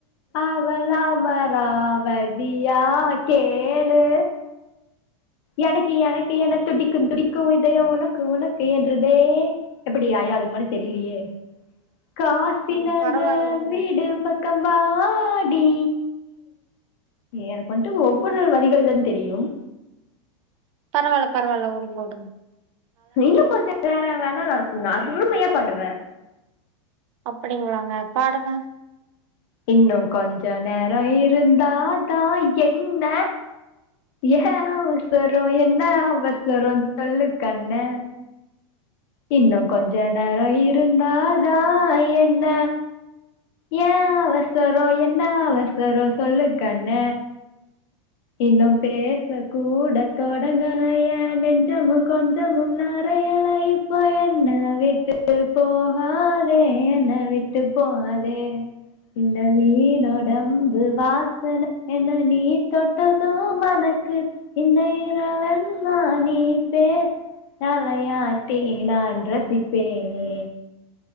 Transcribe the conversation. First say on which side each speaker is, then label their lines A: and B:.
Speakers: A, on the left (about 55°); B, on the right (about 65°).
A: அவள அமாராவதியா கேளு எனக்கு எனக்கு என துடிக்கும் துடிக்கும் இதயோம் உனக்கு உனக்கு என்றதே எப்படி யா அதுக்கு மேல தெரியலையே காசிநகர்
B: ம் பரவால்ல விடுங்க
A: வீடு ப க்கம் வாடி எனக்கு வந்துட்டு ஒவ்வொரு வரிகள் தான் தெரியும்
B: பரவால்ல பரவாயில்ல வுடுங்க வுடுங்
A: இன்னு கொஞ்ச நேர வேணா இருக்கு நா அருமையா பாடுவே
B: அப்டிங்களாங்க பாடுங்க
A: இன்னும் கொஞ்சோ நேரோ இருந்தா தா என்ன எ அவ்சரோ என்ன அவசரோ சொல்லு கண்ண இன்னும் கொஞ்ச நேரோ இருந்தாதா என்ன ஏ அவசரோ என்ன அவசரோ சொல்லு கண்ண இன்னும் பேச கூட தொடங்கலயே நெஞ்சமும் கொஞ்சமும் ந <unintelligible> ப என்ன விட்டுட்டு போகாதே என்ன விட்டு போகாதே இந்த மீனோடம்பு வாசன என்ன நீ தொட் டது மணக்கு இந்த இரவல் நா நீ பே தலை ஆட்டி நான் ரசிப்பேனே